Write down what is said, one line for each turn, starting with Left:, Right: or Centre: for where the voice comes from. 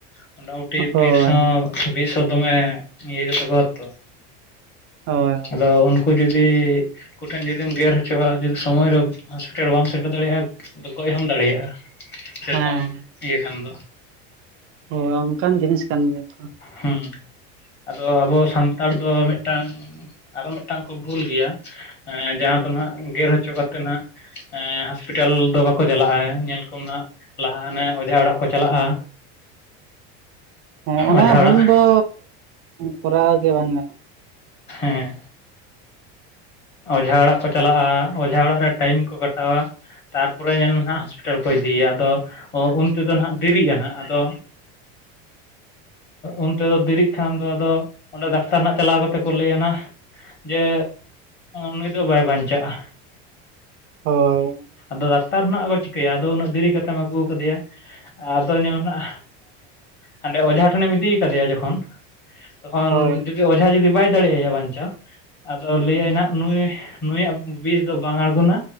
Left: ᱢᱳᱚᱴᱟᱢᱩᱴᱤ
Right: ᱦᱳᱭ
Left: ᱵᱤᱥ ᱦᱳ ᱵᱤᱥ ᱦᱚ ᱫᱚᱢᱮ ᱤᱭᱮ ᱹ ᱜᱮᱛᱟ ᱠᱚᱣᱟ ᱛᱚ
Right: ᱦᱳᱭ
Left: ᱟᱫᱚ ᱩᱱᱠᱩ ᱡᱩᱫᱤ ᱩᱱᱠᱩᱴᱷᱮᱱ ᱡᱩᱫᱤᱢ ᱜᱮᱨ ᱦᱚᱪᱚᱣᱟᱜᱼᱟ ᱡᱩᱫᱤ ᱥᱚᱢᱚᱭ ᱨᱮ ᱦᱚᱥᱯᱤᱴᱟᱞ ᱵᱟᱢ ᱥᱮᱴᱮᱨ ᱫᱟᱲᱮᱭᱟᱜᱼᱟ ᱜᱚᱭ ᱦᱚᱢ ᱫᱟᱲᱮᱭᱟᱜᱼᱟ ᱥᱮᱨᱚᱠᱚᱢ
Right: ᱦᱮᱸ
Left: ᱤᱭᱟᱹ ᱠᱷᱟᱱ ᱫᱚ,
Right: ᱦᱳᱭ ᱚᱱᱠᱟᱱ ᱡᱤᱱᱤᱥ ᱠᱟᱱ ᱜᱮᱭᱟ ᱛᱚ᱾
Left: ᱦᱩᱢ ᱟᱫᱚ ᱟᱵᱚ ᱥᱟᱱᱛᱟᱲ ᱫᱚ ᱢᱮᱫ ᱴᱟᱝ ᱟᱨᱚ ᱢᱮᱫᱴᱟᱝ ᱠᱚ ᱵᱷᱩᱞ ᱜᱮᱭᱟ ᱡᱟᱦᱟᱸ ᱫᱚ ᱦᱟᱸᱜ ᱜᱮᱨ ᱦᱚᱪᱚ ᱠᱟᱛᱮ ᱦᱟᱸᱜ ᱦᱚᱥᱯᱤᱴᱟᱞ ᱫᱚ ᱵᱟᱠᱚ ᱪᱟᱞᱟᱜᱼᱟ ᱧᱮᱞ ᱠᱚᱢ ᱱᱟᱜ ᱞᱟᱦᱟ ᱟᱱᱮ ᱚᱡᱷᱟ ᱚᱲᱟᱜ ᱠᱚ ᱪᱟᱞᱟᱜᱼᱟ
Right: ᱦᱮᱸ ᱚᱱᱟ
Left: ᱚᱡᱷᱟ
Right: ᱵᱷᱩᱞ
Left: ᱚᱲᱟᱜ
Right: ᱫᱚ ᱠᱚᱨᱟᱣ ᱜᱮ ᱵᱟᱝ ᱜᱟᱱᱚᱜᱼᱟ
Left: ᱦᱮ ᱚᱡᱷᱟ ᱚᱲᱟᱜ ᱠᱚ ᱪᱟᱞᱟᱜᱼᱟ ᱚᱡᱷᱟ ᱚᱲᱟᱜ ᱨᱮ ᱴᱟᱭᱤᱢ ᱠᱚ ᱠᱟᱴᱟᱣᱟ ᱛᱟᱨᱯᱚᱨᱮ ᱧᱮᱞ ᱢᱮ ᱦᱟᱜ ᱦᱚᱥᱯᱤᱴᱟᱞ ᱦᱚᱥᱯᱤᱴᱟᱞ ᱠᱚ ᱤᱫᱤᱭᱤᱭᱟ ᱟᱫᱚ ᱩᱱ ᱛᱮᱫᱚ ᱦᱟᱜ ᱫᱤᱨᱤᱜ ᱟᱱᱦᱟ ᱟᱫᱚ ᱩᱱᱛᱮᱫᱚ ᱫᱮᱨᱤᱜ ᱠᱷᱟᱱ ᱫᱚ ᱟᱫᱚ ᱚᱸᱰᱮ ᱰᱟᱠᱛᱟᱨ ᱱᱟᱜ ᱪᱟᱞᱟᱣ ᱠᱟᱛᱮ ᱠᱚ ᱞᱟᱹᱭᱟ ᱱᱟᱜ ᱡᱮ ᱱᱩᱭ ᱫᱚ ᱵᱟᱭ ᱵᱟᱧᱪᱟᱜᱼᱟ
Right: ᱦᱳᱭ
Left: ᱟᱫᱚ ᱰᱟᱠᱛᱟᱨ ᱦᱚ ᱱᱟᱜ ᱠᱚ ᱪᱤᱠᱟᱹᱭᱟ ᱟᱫᱚ ᱩᱱᱟᱹᱜ ᱫᱮᱨᱤ ᱠᱟᱛᱮᱢ ᱮᱢ ᱟᱜᱩᱣ ᱠᱟᱫᱮᱭᱟ ᱟᱫᱚ ᱧᱮᱞ ᱢᱮ ᱱᱟᱜ ᱦᱟᱸᱰᱮ ᱚᱡᱷᱟ ᱴᱷᱮᱱᱮᱢ ᱤᱫᱤᱣ ᱠᱟᱫᱮᱭᱟ ᱡᱚᱠᱷᱚᱱ ᱛᱚᱠᱷᱚᱱ
Right: ᱦᱳᱭ
Left: ᱡᱩᱫᱤ ᱚᱡᱷᱟ ᱡᱩᱫᱤ ᱵᱟᱭ ᱫᱟᱲᱮᱭ ᱭᱟ ᱵᱟᱧᱪᱟᱣ ᱟᱫᱚ
Right: ᱦᱩᱸ
Left: ᱞᱟᱹᱭᱟᱭ ᱱᱟᱦᱜ ᱱᱩᱭ ᱱᱩᱭᱟᱜ ᱵᱤᱥ ᱫᱚ ᱵᱟᱝ ᱟᱬᱜᱚᱱᱟ